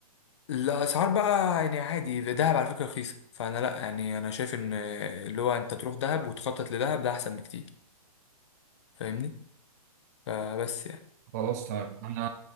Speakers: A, on the left; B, on the right.
A: الاسعار بقى يعني عادي دهب على فكره رخيصه فانا لا يعني انا شايف ان اللي هو انت تروح دهب وتخطط لدهب ده احسن بكتير فاهمني فبس يعني
B: خلاص طيب انا